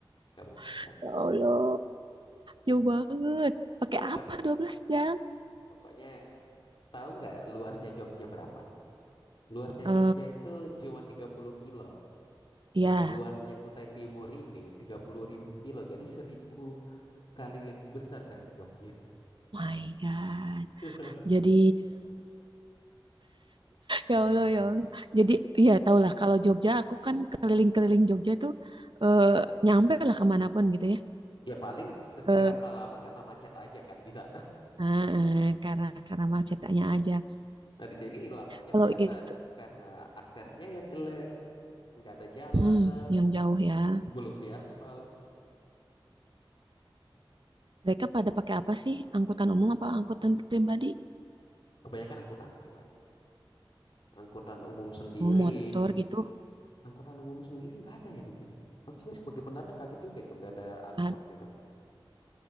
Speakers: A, on the left; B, on the right.
A: kabupaten.
B: <laughs> Ya Allah, jauh banget. Pakai
A: Kabupaten
B: apa 12 jam?
A: pokoknya Tahu nggak luasnya Jogja berapa? Luasnya
B: Eh,
A: Jogja itu cuma 30 kilo
B: ya,
A: dan luasnya Kutai Timur ini 30.000 kilo. Jadi seribu kali lebih besar dari Jogja.
B: my God.
A: <laughs>
B: Jadi Ya Allah ya. Allah. Jadi ya tahulah kalau Jogja aku kan keliling-keliling Jogja tuh eh, nyampe lah kemanapun gitu ya.
A: Ya paling
B: Ke
A: kerasa lama karena macet aja kan di sana.
B: eh, eh, karena karena macetnya aja.
A: Nah di sini lamanya
B: Kalau
A: biasa
B: itu
A: karena aksesnya yang jelek, nggak ada jalan
B: hmm,
A: lah,
B: yang jauh ya.
A: m- belum diaspal.
B: Mereka pada pakai apa sih? Angkutan umum apa angkutan pribadi?
A: Kebanyakan angkutan pribadi, angkutan umum sendiri,
B: Mau motor gitu?
A: angkutan umum sendiri nggak ada ya di sini. Aku juga sebagai pendatang kaget juga itu nggak ada angkot
B: Ad-
A: gitu.